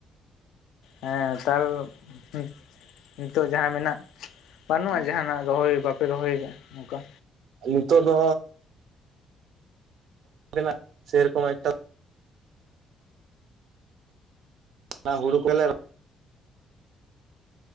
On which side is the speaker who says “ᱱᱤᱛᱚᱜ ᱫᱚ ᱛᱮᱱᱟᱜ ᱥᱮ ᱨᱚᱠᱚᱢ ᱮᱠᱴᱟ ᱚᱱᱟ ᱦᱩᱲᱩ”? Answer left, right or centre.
Right